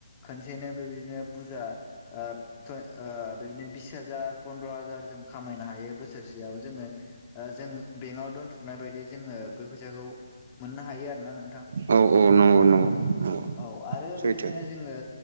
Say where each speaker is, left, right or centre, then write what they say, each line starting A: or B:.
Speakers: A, on the left; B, on the right.
A: खनसेनो बेबायदिनो बुरजा ओ <unintelligible> ओ बिदिनो बिस हाजार फन्द्र' हाजार जों खामायनो हायो बोसोरसेयाव जोङो ओ जों बेंकआव दोनथुमनाय बायदि जोङो बे फैसाखौ मोननो हायो आरो ना नोंथां
B: औ औ नंगौ नंगौ नंगौ
A: औ आरो
B: सैथो
A: बेबायदिनो जोङो